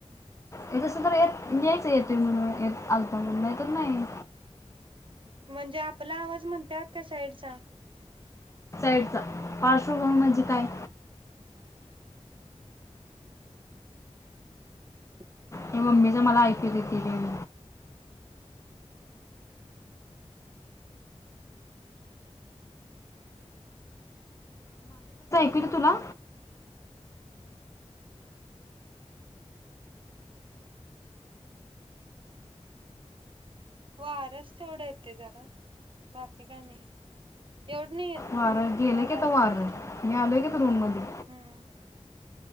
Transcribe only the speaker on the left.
येत असेल तर येत लिहायचा येतय म्हणून येत आलता म्हणून नाही तर नाही
साइडचा पार्श्वभूमी म्हणजे काय?
हे मम्मीच मला ऐकते तीण. कितीं तुला
वारा गेलं
की आता वार
मी आलोय कि इथं रूम मध्ये